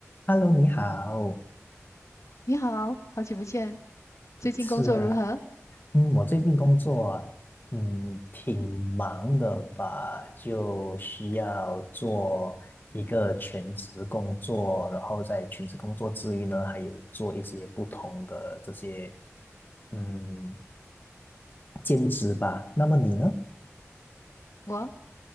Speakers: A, on the left; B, on the left.
A: Hello，你好，
B: 你好，好久不见，最近工作如何？
A: 是啊，嗯，我最近工作，嗯，挺忙的吧，就需要做一个全职工作，然后在全职工作之余呢，还有做一些不同的这些，嗯，兼职吧。那么你呢？
B: 我